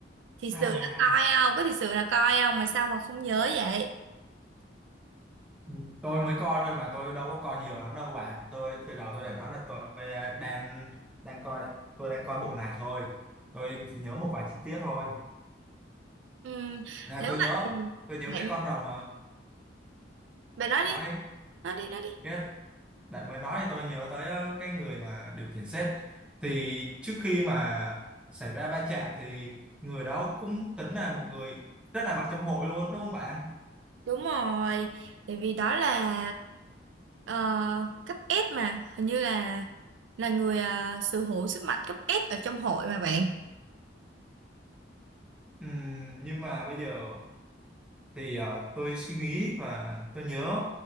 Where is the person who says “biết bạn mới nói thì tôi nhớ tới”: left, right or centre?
Centre